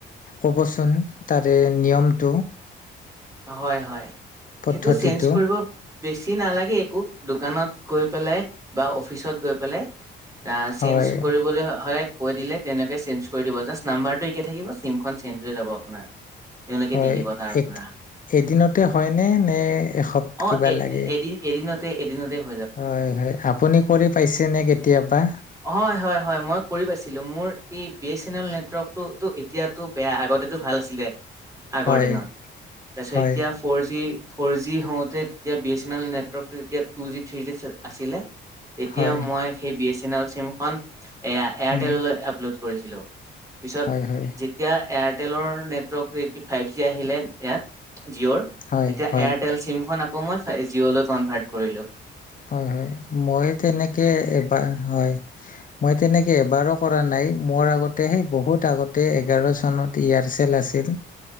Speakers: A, on the left (about 40°); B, on the right (about 15°).
A: ক'বচোন তাৰে নিয়মটো।
B: হয় হয়
A: পদ্ধতিটো
B: সেইটো চেঞ্জ কৰিব বেছি নালাগে একো দোকানত গৈ পেলাই বা অফিচত গৈ পেলাই এ
A: হয়
B: চেঞ্জ কৰিবলৈ হয় কৈ দিলে তেনেকৈ চেঞ্জ কৰি দিব জাষ্ট নাম্বাৰটো এিকে থাকিব চিমখন চেঞ্জ হৈ যাব আপোনাৰ। তেওঁলোকে
A: হয়
B: দি দিব তাৰ
A: এক
B: পৰা।
A: এদিনতে হয়নে নে এসপ্ত
B: অ
A: কিবা
B: এ
A: লাগে?
B: এদিন এদিনতে এদিনতে হ
A: হয় হয় আপুনি কৰি পাইছে নে কেতিয়াবা?
B: হয় হয় হয় মই কৰি পাইছিলো মোৰ এই বি এছ এন এল নেটৱৰ্কটোতো এতিয়াতো বেয়া আগতেতো ভাল আছিলে আগৰ
A: হয়
B: দিনত তাৰপিছত
A: হয়
B: এতিয়া ফৰ জি ফৰ জি হও তেতিয়া বি এ এন এল নেটৰ্ তেতিয়া টু জি থ্ৰী জি আছিলে তেতিয়া
A: হয়
B: মই সেই বি এছ এন এল চিমখন এয়া এয়াৰটেললৈ
A: উম,
B: আপলোড কৰিছিলো। পিছত
A: হয় হয়
B: যেতিয়া এয়াৰটেলৰ নেটৱৰ্ক ফাইভ জি আহিলে ইয়াত জিঅ'ৰ তেতিয়া
A: হয় হয়
B: এয়াৰটেল চিমখন আকৌ মই জিঅ'লৈ কনভাৰ্ট কৰিলো।
A: হয় হয় মই তেনেকে হয় মই তেনেকেবাৰ এবাৰু কৰা নাই মোৰ আগতে সেই বহুত আগতে এঘাৰ চনত এয়াৰচেল আছিল।